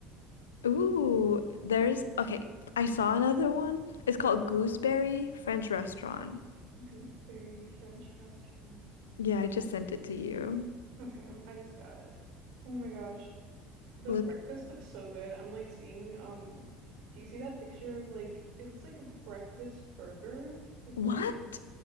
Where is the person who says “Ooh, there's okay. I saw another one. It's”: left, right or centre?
Left